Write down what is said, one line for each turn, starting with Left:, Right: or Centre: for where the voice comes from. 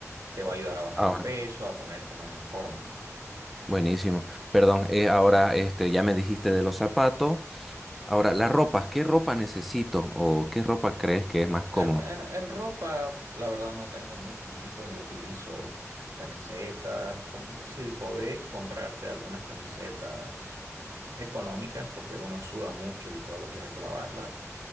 Right: Te va a ayudar a bajar
Centre: Ahora,
Right: de peso, a ponerte más en forma.
Centre: buenísimo. Perdón, eh, ahora, este, ya me dijiste de los zapatos. Ahora, las ropas, ¿qué ropa necesito o qué ropa crees que es más cómodo?
Right: En, en- en ropa, la verdad, no tengo muchos mitos. Yo utilizo camisetas. com- si podés comprarte algunas camisetas mm, económicas, porque uno suda mucho y todos los días hay que lavarlas.